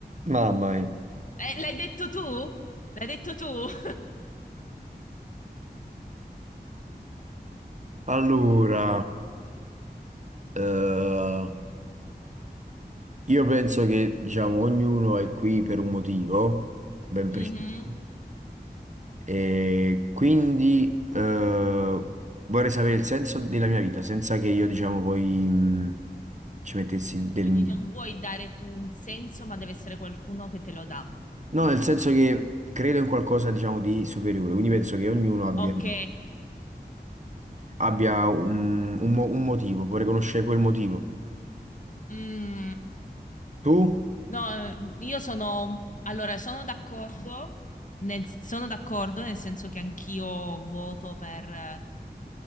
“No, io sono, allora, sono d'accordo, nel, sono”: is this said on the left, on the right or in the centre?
Left